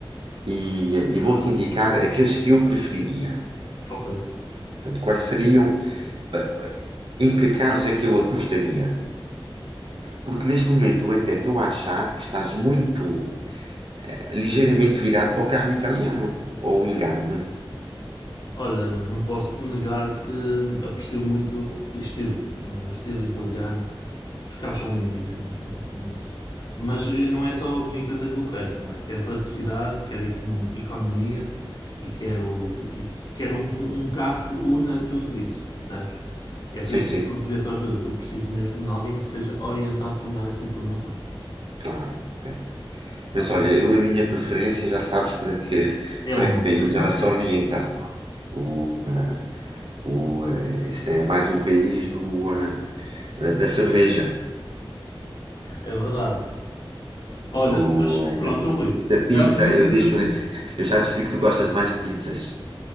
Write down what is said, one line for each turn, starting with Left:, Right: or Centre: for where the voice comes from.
Right: e, e vou-te indicar aqueles que eu preferiria.
Left: ok.
Right: Portanto, quais seriam, eh, em que carros é que eu apostaria? Porque neste momento eu até estou a achar que estás muito, eh, ligeiramente virado para o carro italiano. Ou engano-me?
Left: Olha, não posso te negar que aprecio muito o estilo, não é? o estilo italiano. Os carros são lindíssimos, não é? mas, mas não é só a boniteza que eu quero. Não é? Quero praticidade, quero econo- economia e quero, e que- quero um, um carro que una tudo isso, percebes? É por
Right: Sim,
Left: isso que
Right: sim,
Left: eu estou a pedir a tua ajuda, porque eu preciso mesmo de alguém que seja orientado para me dar essa informação.
Right: claro. É.
Left: Está
Right: Mas
Left: bem?
Right: olha, eu a minha preferência já sabes para que, <laughs>
Left: É alemão.
Right: para que país
Left: <laughs>
Right: ela se orienta. O, eh, o, eh, este é mais o país do, eh, da cerveja.
Left: É verdade. Olha,
Right: O,
Left: mas
Right: eh,
Left: pronto, Rui,
Right: da
Left: se calhar
Right: pizza,
Left: podíamos
Right: eu
Left: fazer
Right: deixo.
Left: assim.
Right: Eu já percebi que tu gostas mais de pizzas.